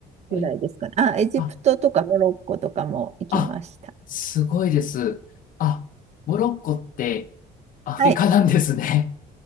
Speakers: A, on the right; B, on the left.
A: ぐらいですかね。
B: え、
A: あ、エジプトとかモロッコとかも行きました。
B: あ、あ、すごいです。あ、モロッコってアフリカなんですね。
A: はい。